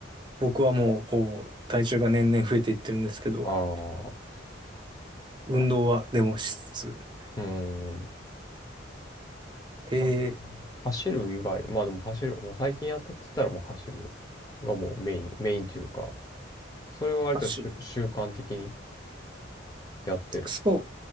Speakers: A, on the right; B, on the left.
A: 僕はもう、こう、体重が年々増えていってるんですけど、
B: ああ、
A: 運動はでもしつつ。
B: まあ、うーん。
A: で、
B: あ走る以外、まあでも走る、まあ、最近やったって言ったらもう走るがもうメイン、メイン中か。それは割としゅ習慣的に
A: 走。
B: やってる。
A: そ